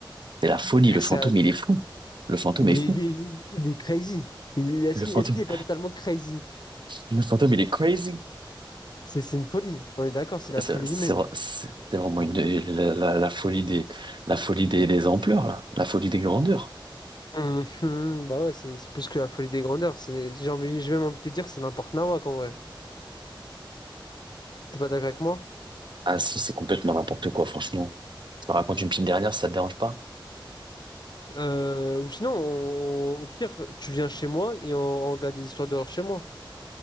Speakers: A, on the right; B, on the left.
A: C'est la folie,
B: Et
A: le
B: Ça,
A: fantôme, il est fou. Le fantôme
B: Il
A: est fou.
B: est, il est- il est crazy. Il est- Est-ce
A: Le
B: qu'il,
A: fantôme,
B: est-ce qu'il est pas totalement crazy?
A: le fantôme, il est crazy.
B: C'est c'est une folie. On est d'accord, c'est la
A: Et C'est
B: folie
A: c'est-
B: humaine.
A: c'est vraiment une, la, la- la folie des, la folie des, des ampleurs, là. La folie des grandeurs.
B: Mhm, bah ouais, c'est c'est plus que la folie des grandeurs. C'est, j'ai envie, j'ai même envie de te dire, c'est n'importe nawak en vrai. T'es pas d'accord avec moi?
A: Ah si, c'est complètement n'importe quoi, franchement. Je te raconte une petite dernière, si ça te dérange pas?
B: Euh, ou sinon, on- on- au pire, tu viens chez moi et on, on regarde des histoires d'horreur chez moi.